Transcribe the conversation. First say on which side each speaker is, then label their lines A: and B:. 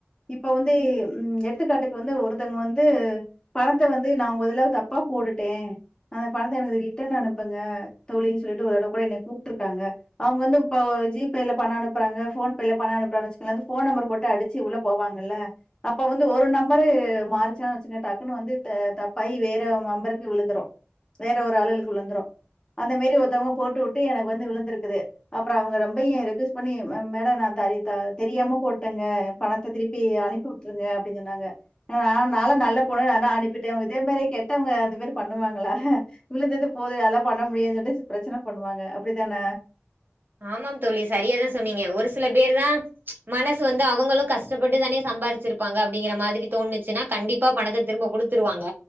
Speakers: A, on the left; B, on the right.
A: இப்போ வந்து எடுத்துக்காட்டுக்கு வந்து ஒருத்தங்க வந்து பணத்த வந்து நா உங்க இதுல தப்பா போட்டுட்டே அந்த பணத்த எனக்கு ரிட்டன் அனுப்புங்க தோழின்னு சொல்லிட்டு ஒருதடவ கூட என்னய கூப்டுருக்காங்க அவுங்க வந்து இப்ப ஜிபேல பண அனுப்புறாங்க ஃபோன்பேல பணோ அனுப்றாங்கனு வச்சுக்கோங்கள ஃபோன் நம்பர் போட்டு அடிச்சு உள்ள போவாங்கல்ல அப்ப வந்து ஒரு நம்பரு மாறிச்சா வச்சுக்க டக்குன்னு வந்து த தப்பாயி வேற நம்பருக்கு விழுந்துரு வேற ஒரு ஆளுகளுக்கு விழுந்துரு அந்த மேரி ஒருத்தவங்க போட்டு வுட்டு எனக்கு வந்து விழுந்திருக்குது அப்புற அவங்க ரொம்பையு ரெக்வஸ்ட் பண்ணி ம மேட நா தரி தரி தெரியாம போட்டேங்க பணத்த திருப்பி அனுப்பிவுட்ருங்க அப்படின்னு சொன்னாங்க ந நாலா நல்ல பொண்ணு நாலா அனுப்பிட்டே இதே மாரி கெட்டவங்க அது மாரி பண்ணுவாங்களா விழுந்தது போது நா லா பண்ண முடியாது சொல்லிட்டு பிரச்சன பண்ணுவாங்க அப்டிதான
B: ஆமாம் தோழி சரியாதா சொன்னீங்க ஒரு சில பேர்தா மனசு வந்து அவங்களு கஷ் கஷ்டப்பட்டு தானே சம்பாரிச்சிருப்பாங்க அப்டிங்கிற மாதிரி தோணுச்சுனா கண்டிப்பா பணத்த திரும்ப குடுத்துருவாங்க